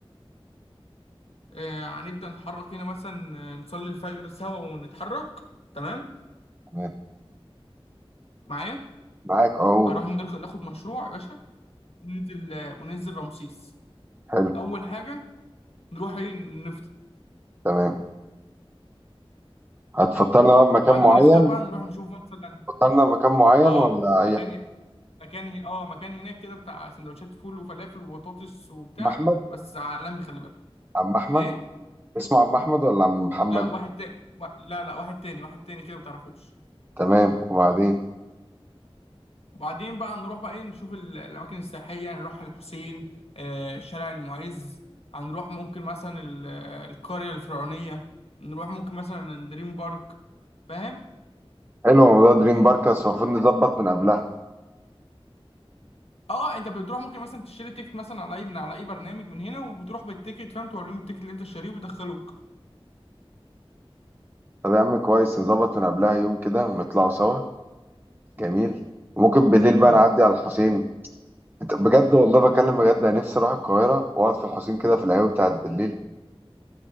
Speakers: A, on the left (about 80°); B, on the right (about 20°).
A: آه هنبدأ نتحرك هنا مثلا آه، نصلي الفجر سوا ونتحرك تمام
B: تمام
A: معايا
B: معاك اقول
A: هنروح نرخ- ناخد مشروع يا باشا وننزل آه، وننزل رمسيس
B: حلو
A: اول حاجه نروح ايه نفطر
B: تمام هتفطرنا بقى بمكان
A: بعد
B: معين
A: ما نفطر بقى نروح نشوف مثلا
B: فطرنا بمكان معين
A: اه
B: ولا اي
A: مكان
B: حاجة؟
A: مكان اه مكان هناك كده بتاع سندوتشات فول وفلافل وبطاطس وبتاع
B: عم احمد
A: بس عالمي خلي بالك
B: عم احمد
A: ايه
B: اسمه عم احمد ولا عم محمد
A: لا واحد تاني و... لا لا واحد تاني واحد تاني كده ما تعرفوش
B: تمام وبعدين
A: وبعدين بقى نروح بقى ايه نشوف ال- الاماكن السياحيه نروح الحسين آه شارع المعز هنروح ممكن مثلا ال- آه، القريه الفرعونيه نروح ممكن مثلا دريم بارك فاهم
B: حلو موضوع دريم بارك بس المفروض نظبط من قبلها
A: اه انت بتروح ممكن مثلا تشتري تيكت مثلا على اي من على اي برنامج من هنا وبتروح بالتيكت فاهم توريهم التيكت اللي انت شاريه وبيدخلوك
B: طب يا عم كويس نظبط من قبلها يوم كده ونطلعوا سوا جميل وممكن بالليل بقى
A: امم
B: نعدي على الحسين انت بجد والله بكلم بجد انا نفسي اروح القاهره واقعد في الحسين كده في القهوه بتاعت بالليل